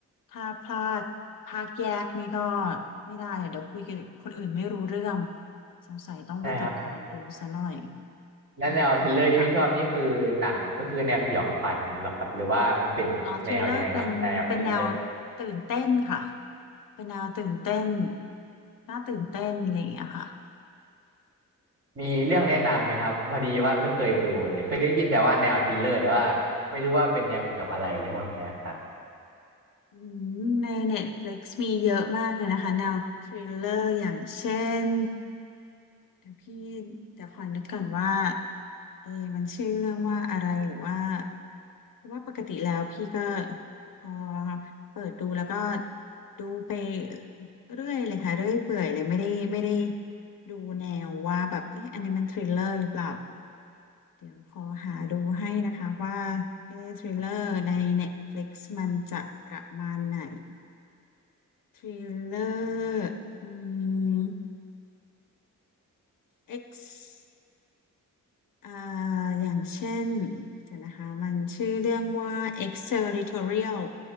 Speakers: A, on the left; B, on the right.
A: ถ้าพลาดภาคแยกนี่ก็ไม่ได้อะเดี๋ยวคุยกับคนอื่นไม่รู้เรื่อง สงสัยต้องไปติดตามดูซะหน่อย
B: ใช่ครับ แล้วแนวทริลเลอร์ที่พี่ชอบนี่คือหนังก็คือแนวสยองขวัญเหรอครับหรือว่ามันเป็นแนวยังไงนะครับแนวทริลเลอร์
A: อืมโอเคค่ะอ๋อทริลเลอร์เป็นเป็นแนวตื่นเต้นค่ะ เป็นแนวตื่นเต้นน่าตื่นเต้นอะไรอย่างเงี้ยค่ะ
B: มีเรื่องแนะนำไหมครับพอดีว่าไม่เคยดูเลยเคยได้ยินแต่ว่าแนวทริลเลอร์แต่ว่าไม่รู้ว่าเป็นแนวเกี่ยวกับอะไรในพวกเนี้ยครับ
A: อืมใน Netflix มีเยอะมากเลยนะคะแนวทริลเลอร์อย่างเช่น เดี๋ยวพี่จะขอนึกก่อนว่าเอะมันชื่อเรื่องว่าอะไรหรือว่าเพราะว่าปกติแล้วพี่ก็พอเปิดดูแล้วก็ดูไปเรื่อยเลยค่ะเรื่อยเปื่อยเลยไม่ได้ไม่ได้ดูแนวว่าแบบเอ๊ะอันนี้มันทริลเลอร์หรือเปล่าเดี๋ยวขอหาดูให้นะคะว่าเอ๊ะทริลเลอร์ใน Netflix มันจะประมาณไหนทริลเลอร์อืม X อ่าอย่างเช่นเดี๋ยวนะคะมันชื่อเรื่องว่า Exterritorial